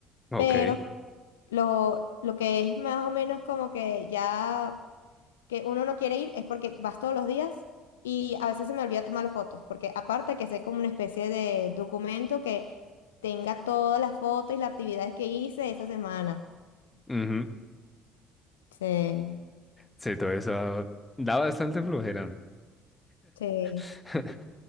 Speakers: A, on the left; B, on the left.
A: Ok.
B: pero lo, lo que es más o menos como que ya que uno no quiere ir es porque vas todos los días y a veces se me olvida tomar las fotos, porque aparte que sea como una especie de documento que tenga todas las fotos y las actividades que hice esa semana.
A: ujú.
B: Sí,
A: Sí, toda esa da bastante flojera.
B: sí.
A: <laughs>